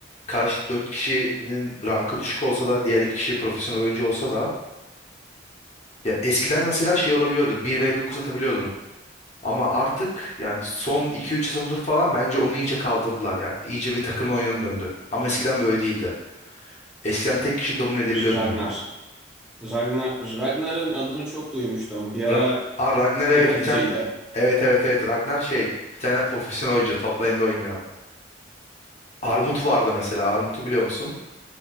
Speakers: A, on the left (about 35°); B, in the centre.
A: karşı dört kişinin rankı düşük olsa da diğer iki kişi profesyonel oyuncu olsa da Ya eskiden mesela şey olabiliyordu. bir v dokuz atabiliyordun. Ama artık yani son iki üç sezondur falan bence onu iyice kaldırdılar. Yani iyice bir takım oyununa döndü. Ama eskiden böyle değildi. Eskiden tek kişi domine edebiliyordun
B: Ragnar.
A: oyunu.
B: Ragnar Ragnar'ın adını çok duymuştum. Bir ara
A: Ra Aa, Ragnar evet
B: tek atıcıydı.
A: bir tane. Evet evet evet Ragnar şey. Bir tane profesyonel oyuncu top lane'de oynuyor. Armut vardı mesela. Armut'u biliyor musun?